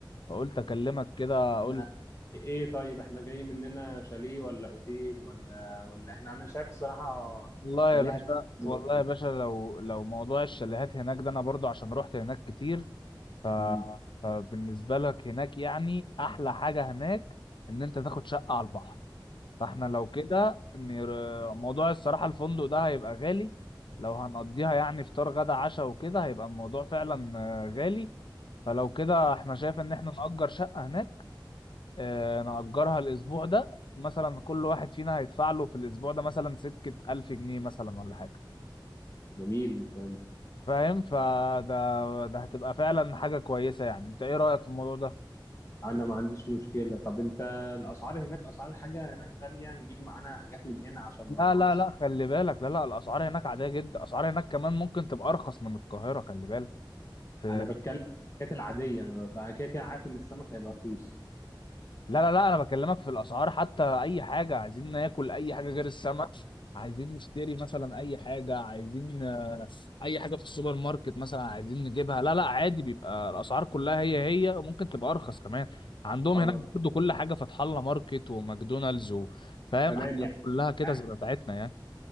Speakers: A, on the left (about 70°); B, on the left (about 35°).
A: فقلت اكلمك كده اقول
B: احنا ايه طيب احنا جاي مننا شاليه ولا اوتيل ولا ولا احنا انا شايف الصراحة
A: والله
B: شاليه
A: يا باشا
B: هتنزل
A: والله
B: اوتيل
A: يا باشا لو لو موضوع الشاليهات هناك ده انا برضو عشان رحت هناك كتير ف
B: امم
A: فبالنسبه لك هناك يعني احلى حاجه هناك ان انت تاخد شقه على البحر فاحنا لو كده نر- موضوع الصراحه الفندق ده هيبقى غالي لو هنقضيها يعني فطار غدا عشاء وكده هيبقى الموضوع فعلا آه، غالي فلو كده احنا شايف ان احنا نأجر شقة هناك اه نأجرها الأسبوع ده مثلا كل واحد فينا هيدفع له في الأسبوع ده مثلا سكة ألف جنيه مثلا ولا حاجة
B: جميل الكلام ده
A: فاهم فده ده هتبقى فعلا حاجة كويسة يعني انت ايه رأيك في الموضوع ده؟
B: انا ما عنديش مشكلة طب انت الاسعار هناك اسعار الحاجة هناك غالية نجيب معانا حاجات من هنا عشان ما
A: لا
B: نقعدش
A: لا لا خلي بالك لا لا الأسعار هناك عادية جدا الأسعار هناك كمان ممكن تبقى أرخص من القاهرة خلي بالك في...
B: انا بتكلم الحاجات العادية انا كده كده عارف ان السمك هيبقى رخيص
A: لا لا لا أنا بكلمك في الأسعار حتى أي حاجة عايزين ناكل أي حاجة غير السمك عايزين نشتري مثلا أي حاجة عايزين اي حاجه في السوبر ماركت مثلا عايزين نجيبها لا لا عادي بيبقى الاسعار كلها هي هي وممكن تبقى ارخص كمان عندهم
B: خلاص
A: هناك برضه كل حاجه فتح الله ماركت وماكدونالدز و- فاهم
B: تمام
A: حاجات
B: يعني
A: كلها كده
B: احنا
A: زي بتاعتنا يعني